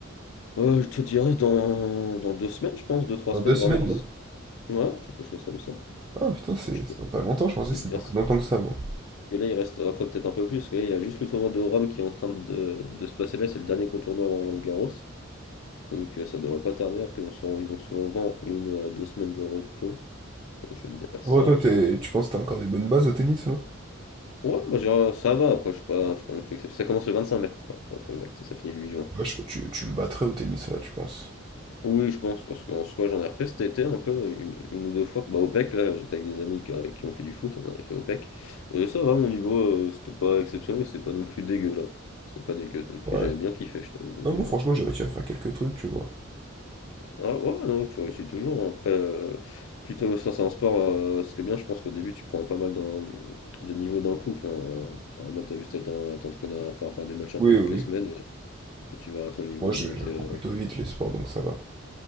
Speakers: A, on the left (about 75°); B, on the right (about 20°).
A: Euh, je te dirais dans, dans deux semaines, je pense, deux, trois
B: Dans
A: semaines,
B: deux semaines?
A: grand max.
B: là?
A: Ouais, quelque chose comme ça.
B: Ah putain, c'est
A: Je
B: c'est
A: peux,
B: dans pas longtemps, je
A: je
B: pensais
A: peux
B: que
A: te
B: c'était
A: dire
B: dans plus longtemps que ça, moi.
A: que là, il reste après peut-être un peu plus, parce que là, il y a juste le tournoi de Rome qui est en train de, de se passer là, c'est le dernier gros tournoi avant Roland Garros. Donc euh, ça devrait pas tarder, après on se- ils ont souvent une à deux semaines de repos. Donc je vais te dire
B: Ouais,
A: ça.
B: toi, t'es- tu penses que t'as encore des bonnes bases au tennis, là?
A: Ouais, bah, genre, ça va, après je suis pas, je suis pas non plus exceptionnel. Ça commence le 25 mai, voilà, pour être exact, et ça finit le 8 juin.
B: Ouais, je sais pas, tu, tu me battrais au tennis, là, tu penses?
A: Oui, je pense, parce qu'en soi j'en ai refait cet été un peu, une, une ou deux fois. Bah au PEC, là, j'étais avec des amis qui, qui ont fait du foot, on avait fait au PEC. Et ça va, mon niveau, euh, c'était pas exceptionnel, mais c'était pas non plus dégueu là. C'était pas dégueu, donc
B: Ouais.
A: et j'avais bien kiffé, je t'avoue. Donc,
B: Non, moi,
A: euh,
B: franchement, j'ai réussi à faire quelques trucs, tu vois.
A: Ah, ouais, non, tu réussis toujours. hein. Après, euh, plutôt, ça, c'est un sport. euh, ce qui est bien, je pense qu'au début, tu prends pas mal d'un- de niveaux d'un coup. Enfin, euh, genre, en mode, t'as juste à t'en- à t'entraîner à faire, faire des matchs un
B: Oui,
A: peu toutes
B: oui.
A: les semaines
B: oui.
A: et, et tu verras ton niveau
B: Moi, je-
A: augmenter.
B: j'apprends
A: euh.
B: plutôt vite les sports, donc ça va.